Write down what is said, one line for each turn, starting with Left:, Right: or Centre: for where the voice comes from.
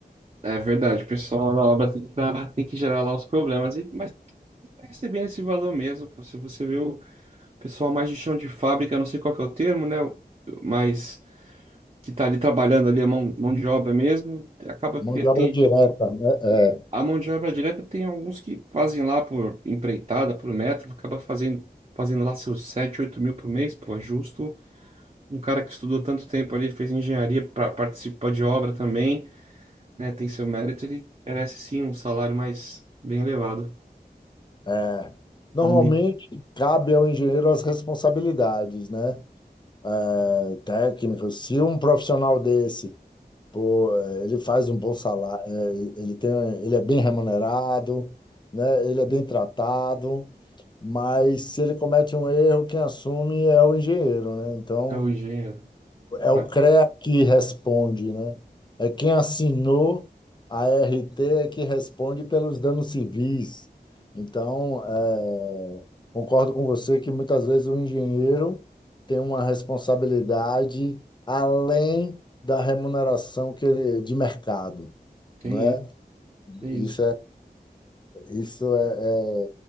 Right: É verdade, o pessoal na obra tem que, dar- tem que gerar lá os problemas, e, mas tá recebendo esse valor mesmo. pô. Se você vê o pessoal mais de chão de fábrica, não sei qual que é o termo, né? o- Mas que tá ali trabalhando ali a mão, mão de obra mesmo, acaba que
Left: Mão de obra
Right: tem
Left: direta,
Right: gente.
Left: né?
Right: A mão de obra direta tem alguns que fazem lá por empreitada, por metro, acaba fazendo, fazendo lá seus 7, 8 mil por mês, pô, é justo. Um cara que estudou tanto tempo ali, fez engenharia para participar de obra também. né, tem seu mérito, ele merece sim um salário mais bem elevado.
Left: É. é. Normalmente
Right: É um ambi...
Left: cabe ao engenheiro as responsabilidades, né? É, Técnico, se um profissional desse, pô, é, ele faz um bom salário, é, ele tem, ele é bem remunerado, né? Ele é bem tratado, mas se ele comete um erro, quem assume é o engenheiro, né? Então
Right: é o gênero.
Left: É o
Right: Mas
Left: CREA que responde, né? É quem assinou a RT é que responde pelos danos civis. Então, é, concordo com você que muitas vezes o engenheiro tem uma responsabilidade além da remuneração que ele, de mercado,
Right: tem
Left: né?
Right: isso,
Left: Isso
Right: tem isso.
Left: é, isso é, é